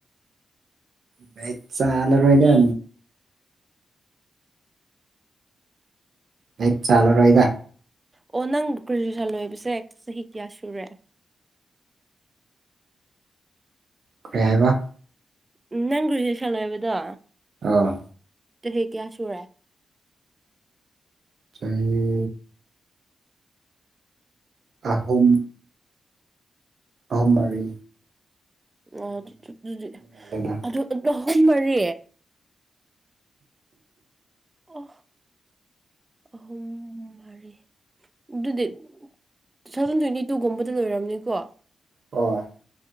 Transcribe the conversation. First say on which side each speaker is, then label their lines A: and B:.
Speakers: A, on the right; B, on the right.
A: ꯃꯩ ꯆꯂꯃꯥꯏꯗ ꯍꯛ ꯆꯥꯂꯔꯣꯏꯗ
B: ꯑꯣ ꯅꯪ ꯒ꯭ꯔꯦꯖꯨꯋꯦꯁꯟ ꯂꯣꯏꯕꯁꯦ ꯆꯍꯤ ꯀꯌꯥ ꯁꯨꯔꯦ
A: ꯀꯔꯤꯦ ꯍꯥꯏꯕ
B: ꯎ ꯅꯪ ꯒ꯭ꯔꯦꯖꯨꯋꯦꯁꯟ ꯂꯣꯏꯕꯗꯣ
A: ꯑꯥ
B: ꯍꯦꯛ ꯀꯌꯥ ꯁꯨꯔꯦ
A: ꯆꯥꯦ ꯑꯍꯨꯝ ꯑꯍꯨꯝꯃꯔꯤ
B: ꯑꯣ ꯑꯗꯨꯗꯤ
A: ꯃꯥꯜꯂꯦꯗ
B: ꯑꯗꯨ ꯑꯍꯨꯝ ꯃꯔꯤ ꯑ ꯑꯍꯨꯝꯨꯝ ꯍꯔꯤ ꯑꯗꯨꯗꯤ ꯇꯨ ꯊꯥꯎꯖꯟ ꯇ꯭ꯋꯦꯟꯇꯤ ꯇꯨꯒꯨꯝꯕꯗ ꯂꯣꯏꯔꯝꯅꯤꯀꯣ
A: ꯑꯣ